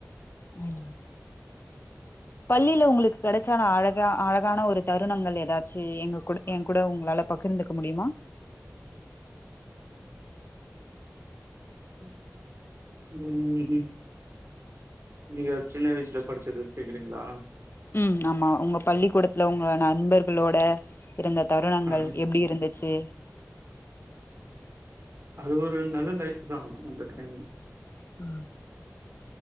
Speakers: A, on the left (about 45°); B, on the right (about 55°).
A: ம் பள்ளில உங்களுக்கு கெடச்சான அழகா அழகான ஒரு தருணங்கள் எதாச்சு எங்க கூட எங் கூட உங்களால பகிர்ந்துக்க முடியுமா
B: ம் ம் நீங்க சின்ன வயசுல படுச்சது கேக்குறீங்களா
A: ம் ஆமா உங்க பள்ளிக்கூடத்துல உங்க நண்பர்களோட இருந்த தருணங்கள்
B: ஆ
A: எப்டி இருந்துச்சு
B: அது ஒரு நல்ல லைஃப் தா அந்த டைம்
A: அ